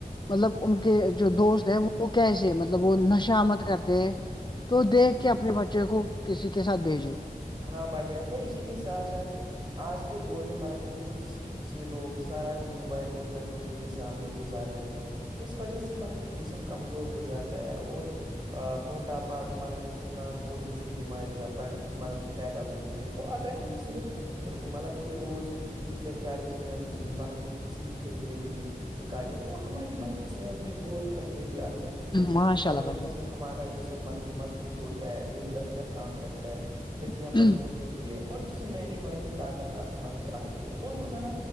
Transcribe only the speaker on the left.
مطلب ان کے جو دوست ہے وہ کیسے مطلب وہ نشامت کرتے تو دیکھ کے اپنے بچے کو کسی کے ساتھ بھیجے
ماشاء
اللہ بھائی
جان